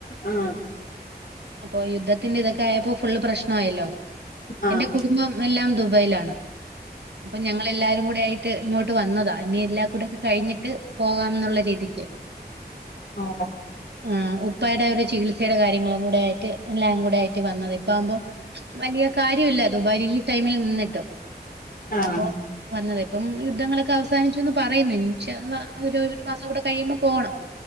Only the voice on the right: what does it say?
അപ്പൊ യുദ്ധത്തിന്റെ ഇതൊക്കെയപ്പോ ഫുള്ള്പ്രശ്നായല്ലോ
എന്റെ കുടുംബം എല്ലാം ദുബായിലാണ്. അപ്പൊ ഞങ്ങ എല്ലാരും കൂടെ ആയിട്ട് ഇങ്ങോട്ട് വന്നതാ. ഇനി എല്ലാ കൂടെ ഒക്കെ കഴിഞ്ഞിട്ട് പോകാംന്നുള്ള രീതിക്ക്
ആഹ് ഉപ്പയുടെ ഒരു ചികിൽ സ് സയുടെ കാര്യങ്ങളും കൂടെ ആയിട്ട് എല്ലാം കൂടെ ആയിട്ട് വന്നതാ. ഇപ്പം ആകുമ്പോ വലിയ കാ ര്യുല്ല ദുബായില് ഈ ടൈമിൽ നിന്നിട്ടും.
അപ്പോ വന്നത് ഇപ്പം യുദ്ധങ്ങളൊക്കെ അവസ് സാനിച്ചുന്ന് പറയുന്നു. ഇൻഷാ അള്ളാ. ഒരു മാസം കൂടെ കഴിയുമ്പോ പോണം.